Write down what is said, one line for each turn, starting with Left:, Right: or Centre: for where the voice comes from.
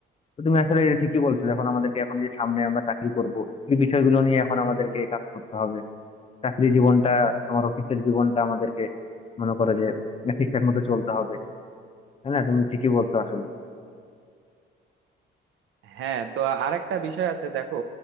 Left: তো তুমি আসলে এটা ঠিকই বলছো যখন আমাদেরকে এখন যে সামনে আমরা চাকরি করব এই বিষয়গুলো নিয়ে এখন আমাদেরকে কাজ করতে হবে চাকরি জীবনটা আমার অফিসের জীবনটা আমাদেরকে মনে করো যে ঠিকঠাক মতো চলতে হবে তাই না তুমি ঠিকই বলছো আসলে
Right: হ্যাঁ তো আরেকটা বিষয় আছে দেখো